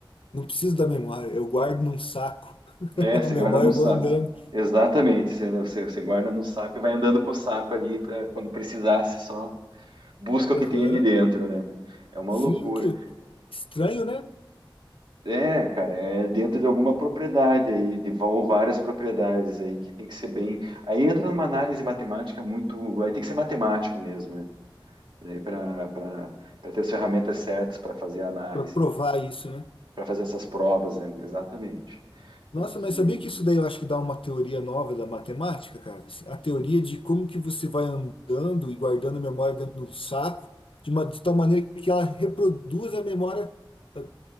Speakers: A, on the left; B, on the right.
A: não preciso da memória, eu guardo num saco. <laughs>
B: É, você
A: A memória
B: guarda num
A: eu
B: saco.
A: vou andando.
B: Exatamente. Você, você, você guarda num saco e vai andando com o saco ali para quando precisar, você só busca o que
A: Aham.
B: tem ali dentro, né? É uma
A: Sim,
B: loucura.
A: que estranho, né?
B: É, cara, é dentro de alguma propriedade aí, de va- ou várias propriedades aí que tem que ser bem. Aí entra numa análise matemática muito. Aí tem que ser matemático mesmo, né? E daí para ter as ferramentas certas para fazer a análise,
A: Pra provar isso, né?
B: para fazer essas provas, né? Exatamente. Porque,
A: Nossa, mas sabia que isso daí eu acho que dá uma teoria nova da matemática, cara? Assim, a teoria de como que você vai andando e guardando memória dentro do saco, de, uma, de tal maneira que ela reproduz a memória, eh,